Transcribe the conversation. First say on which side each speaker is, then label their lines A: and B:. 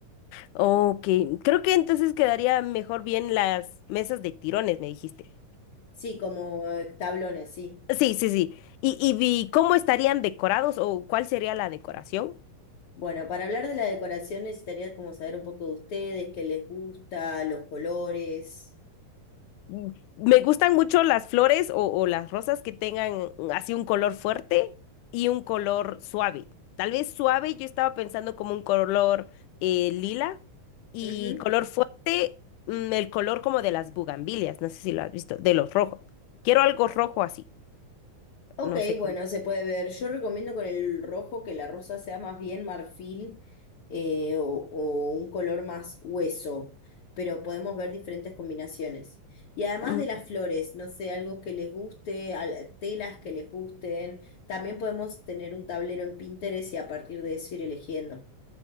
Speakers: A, on the left; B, on the left.
A: Ok, creo que entonces quedaría mejor bien las mesas de tirones, me dijiste.
B: Sí, como eh, tablones, sí.
A: Sí, sí, sí. ¿Y, y vi- cómo estarían decorados o cuál sería la decoración?
B: Bueno, para hablar de la decoración necesitaría como saber un poco de ustedes, qué les gusta, los colores.
A: Mm, Me gustan mucho las flores o, o las rosas que tengan así un color fuerte y un color suave. Tal vez suave, yo estaba pensando como un color eh, lila y
B: Ujú.
A: color fuerte, mm, el color como de las bugambilias, no sé si lo has visto, de los rojos. Quiero algo rojo así,
B: Ok,
A: no sé cómo.
B: bueno, se puede ver. Yo recomiendo con el rojo que la rosa sea más bien marfil eh, o, o un color más hueso, pero podemos ver diferentes combinaciones. Y además
A: Ujú.
B: de las flores, no sé, algo que les guste, al- telas que les gusten. También podemos tener un tablero en Pinterest y a partir de eso ir eligiendo.